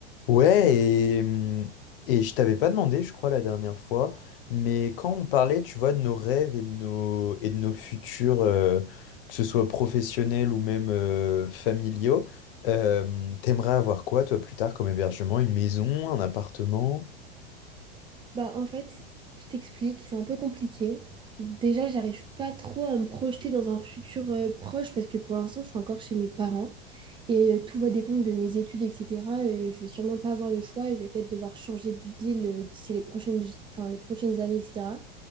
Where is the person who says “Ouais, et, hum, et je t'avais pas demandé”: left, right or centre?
Left